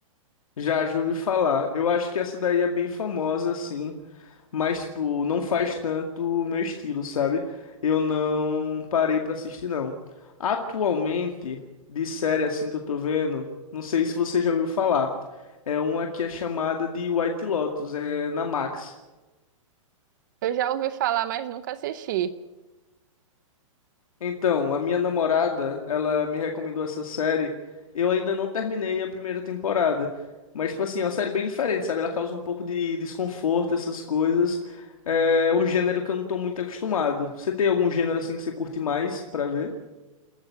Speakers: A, on the left; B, on the right.
A: Já, já ouvi falar. Eu acho que essa daí é bem famosa, assim, mas, tipo, não faz tanto o meu estilo, sabe? Eu não parei pra assistir, não. Atualmente, de série assim que eu tô vendo, não sei se você já ouviu falar. É uma que é chamada de White Lotus, é na Max.
B: Eu já ouvi falar, mas nunca assisti.
A: Então, a minha namorada, ela me recomendou essa série. Eu ainda não terminei a primeira temporada. Mas, tipo assim, é uma série bem diferente, sabe? Ela causa um pouco de desconforto, essas coisas. É um gênero que eu não tô muito acostumado. Você tem algum gênero assim que você curte mais pra ver?